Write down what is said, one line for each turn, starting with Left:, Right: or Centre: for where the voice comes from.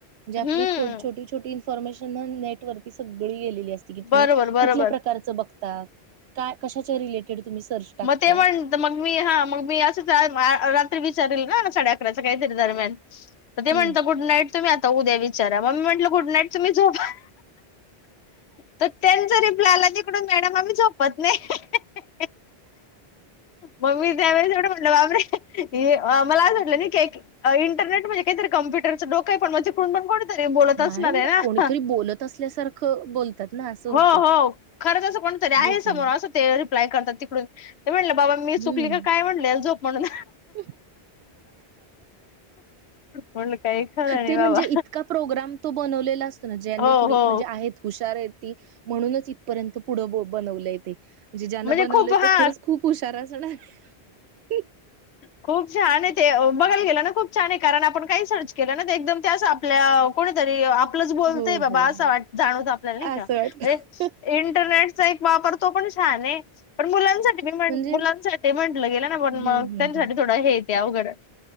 Right: म्हणजे
Left: हम्म
Right: आपली छोटी छोटी फोर्मेशन नेटरवती सगळी गेलेली असती की तुम्ही
Left: बरोबर बरोबर
Right: कुठल्या प्रकारचं बग काय कशाच्या रिलेटेड? सर्च टाकता
Left: म ते म्हणत हीमग मी हा मग मी असंच <unintelligible> विचारलं ना साडे अकरा काहीतरी दरम्यान,
Right: हम्म
Left: तर ते म्हणतं गुड नाईट. तुम्ही आता उद्या विचारा म मी म्हटलं गुड नाईट तुम्ही झोपा. तर त्यांच रिप्लाय आला निकडून मॅडम आम्ही झोपत नाही. म मी त्यावेळेस एवढं म्हणलं बाबरे हे अ मला आज वाटलं नाही की अ इंटरनेट म्हणे काहीतरी कम्प्युटरचं डोकं पण पण <unintelligible> असणार
Right: नाही मग
Left: आहे ना
Right: कोणीतरी बोलत असल्यासारखं बोलतात. ना असं होतं
Left: हो हो खरंच असं कोण तरी आहे
Right: हो
Left: समोर
Right: की नाही
Left: असं ते रिप्लाय करतात तिकडून. ते म्हटलं बाबा मी चुकली
Right: हम्म
Left: का काय म्हटले झोप म्हणून.
Right: <inaudible>
Left: म्हणलं काही खरं नाही
Right: ते
Left: बाबा
Right: म्हणजे इतका प्रोग्राम तो बनव लेला असतो ना, ज्यांनी
Left: हो
Right: कुणी
Left: हो
Right: म्हणजे आहेत हुशार आहेत. म्हणूनच इथपर्यंत पुढं बनवलंय तेे. म्हजे ज्यानं
Left: म्हणजे
Right: बनवले
Left: खूप
Right: तो
Left: हा
Right: खरंच खूप हुशार असणार आहे.
Left: खूप छान ते अ बघा. खुप छान आहे कारण आपण काही सर्च केलं ना ते एकदम ते असं आपल्या कोणीतरी आप प्लच बोलतंय
Right: हो
Left: बाबा
Right: हो हो
Left: वाट-जाणवतंय आपल्याला न्हाई
Right: असं
Left: का,
Right: वाटत
Left: ए इंटरनेट चा एक वापर तो पण छान आहे. पण मुलांसाठी मी मुलांसाठी
Right: म्हणजे
Left: म्हटलं गेलं ना पण
Right: हम्म
Left: मग
Right: हम्म
Left: त्यांच्यासाठी
Right: हम्म
Left: थोडं हेे ते अवघड.